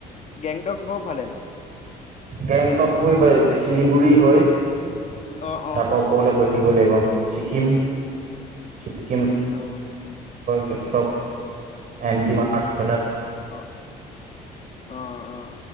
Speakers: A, on the left; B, on the right.
A: গেংটকও ভালে ন।
B: গেংটকটো এই চিলিগুৰি হৈ তাৰ
A: অ', অ',
B: পৰা
A: অ',
B: ওপৰলৈ গৈ লাগিব ছিকিমম <inaudible>
A: অ',
B: ডেংটক এম জি মাৰ্ট <inaudible>
A: অ আহ আহ।